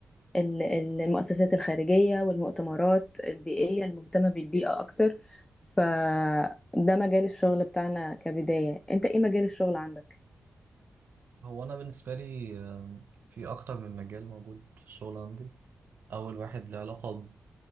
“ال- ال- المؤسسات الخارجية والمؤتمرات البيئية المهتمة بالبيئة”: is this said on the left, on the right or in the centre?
Left